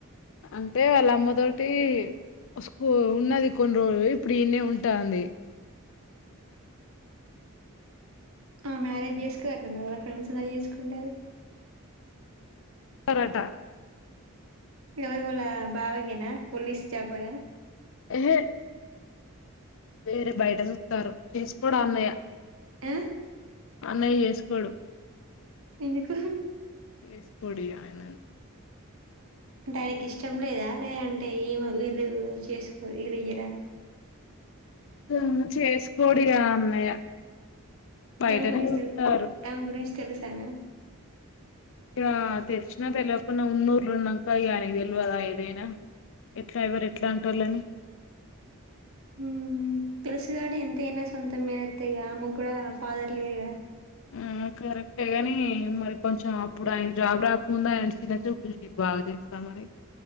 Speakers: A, on the left (about 60°); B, on the right (about 65°).
A: అంటే వాళ్ళ అమ్మ తోటి స్కూ ఉన్నది కొన్ని రోజులు ఇప్పుడు ఈన్నే ఉంటాంది
B: ఆ మ్యారేజ్ చేసుకోరు ఎవరో ఫ్రెండ్స్ నా చేసుకుంటాది
A: పరాట
B: ఎవరు వాళ్ళ బావకేన పోలీస్ చాబర్ హ
A: ఏహే వేరే బయట చూత్తారు చేసుకోడా అన్నయ్య
B: యా
A: అన్నయ్య చేసుకోడు
B: ఎందుకు
A: ఏసుకోడిగ ఆయనంతే
B: అంటే ఆయనకి ఇష్టం లేదా లే అంటే ఈమె వీళ్ళు చేసుకో వీళ్ళ ఇయ్యరా
A: తుంది చేసుకోడిగ అన్నయ్య
B: <inaudible>
A: బయటనే
B: అమె
A: చూస్తారు
B: గురించి తెలుస్ తన
A: ఇక తెలిసినా తెలియకుండా ఉన్నూర్లో ఉన్నాక ఈనకి తెలిదా ఏదైనా ఎట్లా ఎవరు ఎట్లాంటోల్లు అని
B: హ్మ్మ్ తెలుసు గానీ ఎంతైనా సొంత మేనత్తె అమగ్ కూడా ఫాథర్ లేడు గా
A: ఆ కరెక్టే గాని మరి కొంచెం అప్పుడు ఆయన జాబ్ రాకముందు ఆయన చిన్న చూపు బాగా తెల్సా మరి